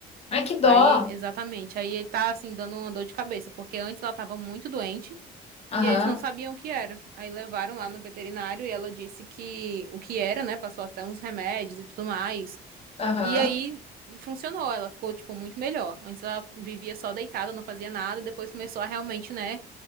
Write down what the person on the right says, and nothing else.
Aí, exatamente. Aí ele tá assim dando uma dor de cabeça, porque antes ela tava muito doente
e eles não sabiam o que era. Aí levaram lá no veterinário e ela disse que o que era, né? Passou até uns remédios e tudo mais.
E aí funcionou, ela ficou tipo muito melhor. Antes ela vivia só deitada, não fazia nada, depois começou a realmente, né,